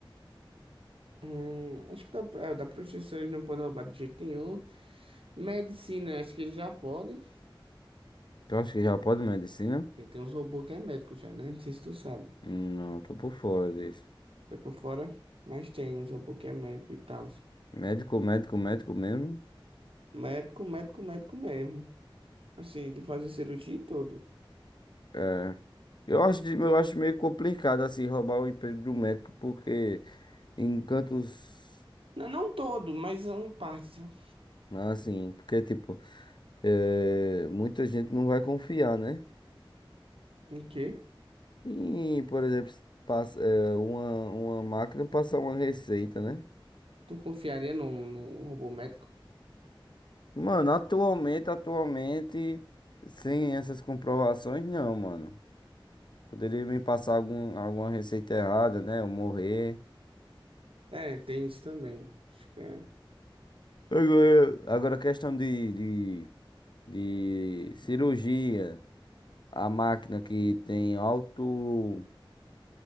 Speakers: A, on the right (about 80°); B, on the left (about 55°).
A: Hum, acho que da, é, da prostituição eles não podem roubar de jeito nenhum. Medicina, acho que eles já podem.
B: Tu acha que já pode medicina?
A: Porque tem uns robôs que é médico já, né? Não sei se tu sabe.
B: Não, tô por fora disso.
A: Tá por fora, mas tem uns robôs que é médico e tal.
B: Médico, médico, médico mesmo.
A: Médico, médico, médico mesmo. Assim, de fazer cirurgia e tudo.
B: É, eu acho, de- eu acho meio complicado assim roubar o emprego do médico, porque em cantos
A: Não, não todo, mas é uma parte. sabe?
B: assim, porque tipo, é, muita gente não vai confiar, né?
A: Em quê?
B: E, por exemplo, se passa, é, uma, uma máquina passar uma receita, né?
A: Tu confiaria num, num robô médico?
B: Mano, atualmente, atualmente, sem essas comprovações, não, mano. Poderia me passar algum, alguma receita errada, né? Eu morrer.
A: É, tem isso também. Acho que é.
B: Agora, agora questão de, de de cirurgia, a máquina que tem alto,